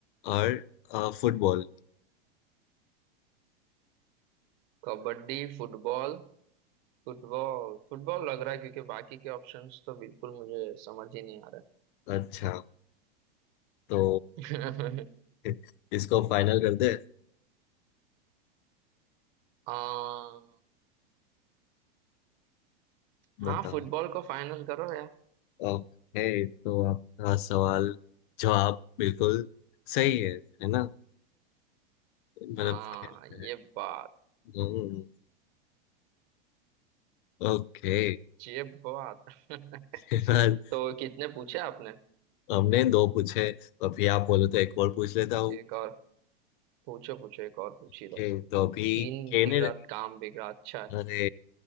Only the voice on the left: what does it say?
और फुटबॉल
अच्छा तो
<laughs> इसको फाइनल कर दे
बताओ
ओके तो आपका सवाल जवाब बिल्कुल सही
है है ना मतलब
खेल है
हम्म, ओके
<laughs> फिलहाल
हमने दो पूछे अभी आप बोलो तो एक और पूछ लेता हूँ
ओके
तो अभी
कनाडा
अरे